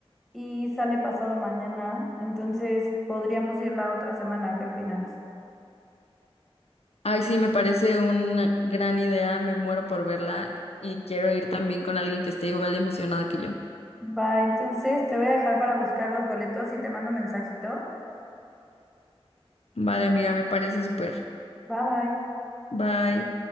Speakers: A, in the centre; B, on the left.
A: y sale pasado mañana, entonces podríamos ir la otra semana. ¿Qué opinas?
B: Ay, sí, me parece una gran idea, me muero por verla y quiero ir también con alguien que esté igual de emocionada que yo.
A: Va, entonces te voy a dejar para buscar los boletos y te mando mensajito.
B: Vale, amiga, me parece súper.
A: Bye bye.
B: Bye.